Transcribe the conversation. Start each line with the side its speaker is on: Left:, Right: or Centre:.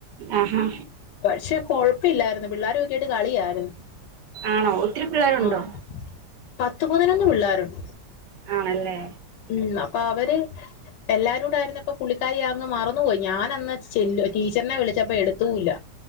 Right: ആഹ് ആഹാ
Left: പക്ഷെ കൊഴപ്പില്ലായിര് പിള്ളേരൊക്കായിട്ട് കളിയായിരുന്നു
Right: ആണോ ഒത്തിരി പിള്ളെരുണ്ടോ
Left: ആഹ് പത്ത് പതിനൊന്നു പിള്ളെര്ണ്ട്
Right: ആണല്ലേ
Left: ഉം അപ്പൊ അവര് എല്ലാരൂട ആരുന്നപ്പൊ പുള്ളിക്കാരി അന്ന് മറന്നുപോയി ഞാൻന്ന് ചെല്ലു ടീച്ചറിനെ വിളിച്ചപ്പ എടുത്തൂല്ല